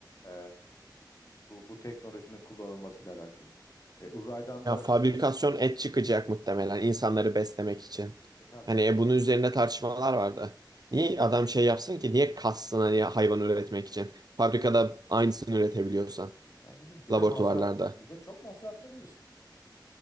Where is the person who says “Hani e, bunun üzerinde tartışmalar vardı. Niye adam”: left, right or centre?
Right